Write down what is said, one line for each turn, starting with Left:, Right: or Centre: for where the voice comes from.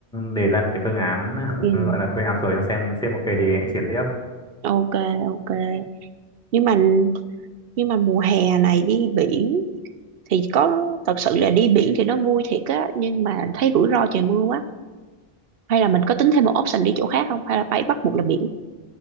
Centre: đề ra cái phương án <laughs>
Right: ừ.
Centre: gọi là thuê outsource cho xem sếp ok thì triển tiếp
Right: ok ok nhưng mà nhưng mà mùa hè này đi biển thì có thật sự là đi biển thì nó vui thiệt á nhưng mà thấy rủi ro trời mưa quá hay là mình có tính thêm một option đi chỗ khác không hay là phải bắt buộc là biển